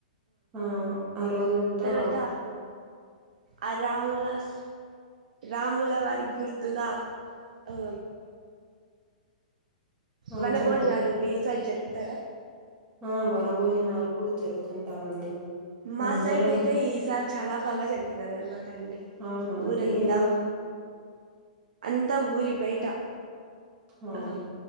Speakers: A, on the right; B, on the right.
A: ఆ ఆ రోజంతా
B: తర్వాత ఆ రామరాస్ రాముల వారి గుర్తుగా ఆ
A: ఆ
B: వన
A: చెప్పండి
B: భోజనాలు మీ సైడ్ జరుపుతారా
A: ఆ వన భోజనాలు కూడా జరుపుతుంటామండి
B: మా
A: అందరం
B: సైడ్ అయితే ఈసారి చాలా బాగా జరిపనారన్నమాట అండి
A: అవునా అండి
B: ఊరంతా
A: ఎలా
B: అంతా ఊరి బయటా
A: అవును
B: ఆ